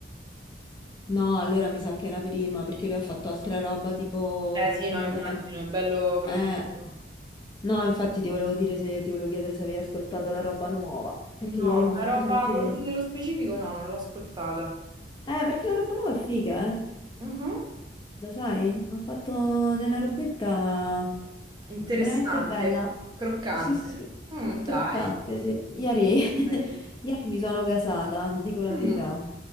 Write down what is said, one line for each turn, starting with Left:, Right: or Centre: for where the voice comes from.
Left: No, allora mi sa che era prima, perché lui ha fatto altra roba tipo
Right: Eh sì, no,
Left: novembre.
Right: immagino, è bello produttivo.
Left: Eh, no, infatti ti volevo dire se ti volevo chiedere se avevi ascoltato la roba nuova, perché
Right: No,
Left: ieri mi ha fatto
Right: la roba
Left: sentire...
Right: con te nello specifico no, non l'ho ascoltata.
Left: Eh, perché la roba nuova è figa, eh?
Right: Mhm.
Left: Lo sai? Ha fatto della robetta
Right: Interessante,
Left: veramente bella.
Right: croccante.
Left: Sì, sì,
Right: Mm, dai.
Left: croccante, sì. Ieri, <laughs>
Right: Dai.
Left: ieri mi sono gasata, dico la
Right: Mm.
Left: verità.